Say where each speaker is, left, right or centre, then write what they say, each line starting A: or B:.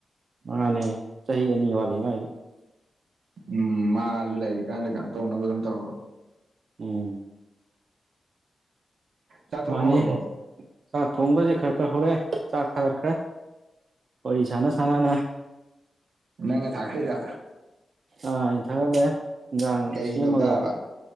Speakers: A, on the right; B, on the right.
A: ꯃꯥꯥꯟꯅꯦ ꯆꯍꯤ ꯑꯅꯤ ꯋꯥꯠꯂꯤ ꯃꯥꯏꯗ
B: ꯎꯝ ꯃꯥꯁꯨ ꯂꯩꯔꯤ ꯀꯥꯟꯗ ꯀꯩꯅꯣ ꯇꯧꯅꯕ ꯑꯗꯨꯝ ꯇꯧꯔꯣ꯫
A: ꯎꯝ
B: ꯆꯥꯛ ꯊꯣꯡ
A: ꯃꯥꯅꯤ
B: ꯍꯧꯔꯕꯣ
A: ꯆꯥꯛ ꯊꯣꯡꯕꯁꯦ ꯈꯔ ꯈꯔ ꯍꯧꯔꯦ ꯆꯥꯛ ꯊꯥꯒꯠꯈ꯭ꯔꯦ꯫ ꯋꯥꯔꯤ ꯁꯥꯟꯅ ꯁꯥꯟꯅꯅ
B: ꯅꯪꯅ ꯇꯥꯀꯊꯩꯔ
A: ꯑꯥ ꯑ ꯊꯥꯒꯠꯂꯦ ꯌꯦꯟꯖꯥꯡ
B: ꯀꯔꯤ
A: ꯁꯦꯝꯃꯒ
B: ꯇꯧꯇꯥꯔꯕ